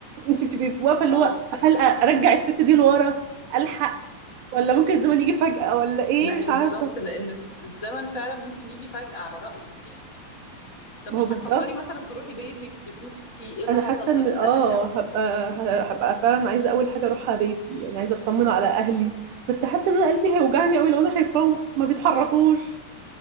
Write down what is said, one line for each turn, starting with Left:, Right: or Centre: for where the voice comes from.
Right: انت بتبقي واقفه اللي
Left: اه
Right: هو هل ارجع الست دي لورا الحق ولا ممكن الزمن يجي فجاه ولا ايه
Left: لا
Right: مش
Left: بالظبط
Right: عارفه
Left: لان الزمن فعلا ممكن يجي فجأة على رأيك يعني طب
Right: ما
Left: مش
Right: هو بالظبط
Left: هتفكري مثلا تروحي بيتك تشوفي ايه اللي
Right: انا
Left: حصل
Right: حاسه ان
Left: طب الاهل
Right: اه
Left: اهلي
Right: هبقى هبقى فعلا عايزه اول حاجه اروحها بيتي يعني عايزه اطمن على اهلي بس حاسه ان انا قلبي هيوجعني قوي لو انا شايفاهم ما بيتحركوش